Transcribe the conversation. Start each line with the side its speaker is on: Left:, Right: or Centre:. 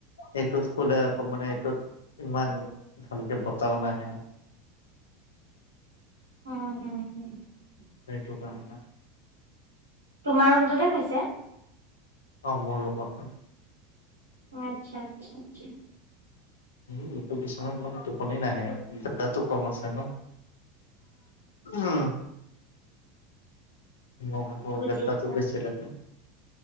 Left: এইটোত কলে আকৌ মানে এইটোত ইমান ভালকে বতাহও নাহে।
Right: <unintelligible>
Left: সেইটো কাৰণে না
Right: তোমাৰ ৰুমটোতে শুইছে।
Left: অঁ মোৰ ৰুমত শুম।
Right: আচ্ছা আচ্ছা আচ্ছা।
Left: এই এইটো বিছনাত মানে টোপনি নাহে আ গাদ্দাটো কম আছে ন। উম উ। নহ'ব ন
Right: বুজিছো
Left: গেটাকৈ বেছি লাগে।